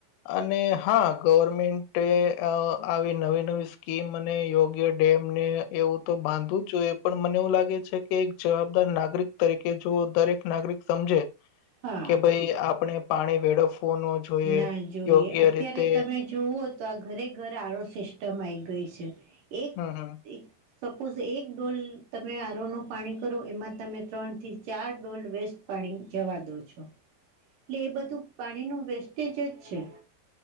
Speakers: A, on the left; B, on the right.
A: અને હા ગવર્મેન્ટે આવી નવી નવી સ્કીમ અને યોગ્ય ડેમને એવું તો બાંધવું જોઈએ પણ મને એવું લાગે છે, કે એક જવાબદાર નાગરિક તરીકે જો દરેક નાગરિક સમજે
B: હા,
A: કે ભાઈ આપણે પાણી વેળફવો ન જોઈએ,
B: ના જોઈએ
A: યોગ્ય
B: અત્યારે
A: રીતે
B: તમે જોવો- - તો આ ઘરે ઘર આ સિસ્ટમ આવી ગઈ છે એક-
A: હમ હમ
B: - સપોઝ એક ડોલ તમે આરોનું પાણી કરો એમાં તમે ત્રણથી ચાર ડોલ વેસ્ટ- - પાણી જવા દોં છો. એટલે એ બધું પાણી નું વેસ્ટેજ જ છે.